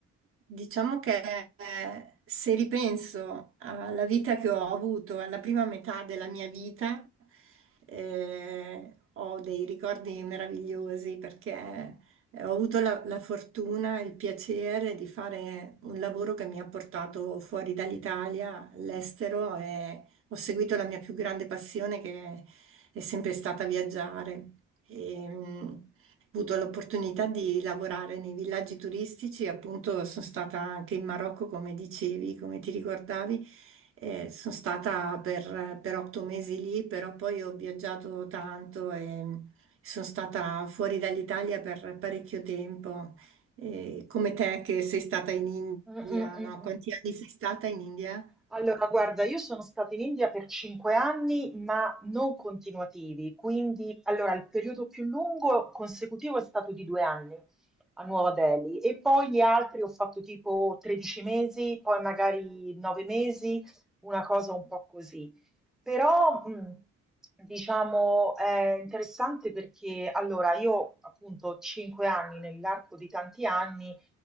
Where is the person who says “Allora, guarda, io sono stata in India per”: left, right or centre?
Centre